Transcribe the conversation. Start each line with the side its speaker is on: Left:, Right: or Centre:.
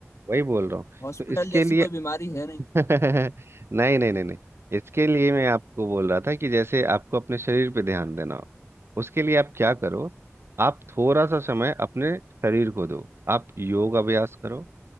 Right: वही बोल रहा हूँ
Left: हॉस्पिटल
Right: तो इसके
Left: जैसी
Right: लिए
Left: कोई
Right: <laughs>
Left: बीमारी है नहीं
Right: नहीं नहीं नहीं नहीं इसके लिए मैं आपको बोल रहा था कि जैसे आपको अपने शरीर पे ध्यान देना हो उसके लिए आप क्या करो आप थोड़ा सा समय अपने शरीर को दो आप योग अभ्यास करो